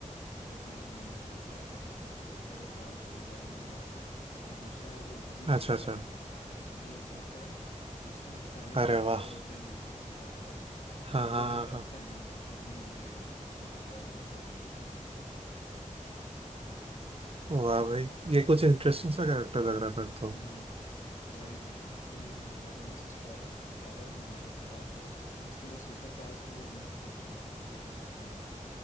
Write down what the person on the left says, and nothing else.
मतलब कि ह्यूमनस क्या कह सकते हैं उसको मददगार करने वाला ईमानदार है बट दूसरा है वो वही विलन
का रोल करता है प्ले जब वो जागता है तो उसमें तो पहले से
पावर
होता ही है सुपर पावर्स
तो वो
जब
जागता
है ना तभी ये सुपर पावर गलत तरह से यूज़ करना स्टार्ट करता है
हम्म
तो वही ना इसीलिए मैं बोल रहा हूँ बस स्पॉइलर ज्यादा नहीं दिया इसके बाद जो उसके जो सुपर पावर्स है वो हम लोग थिएटर में चल के देखेंगे क्या है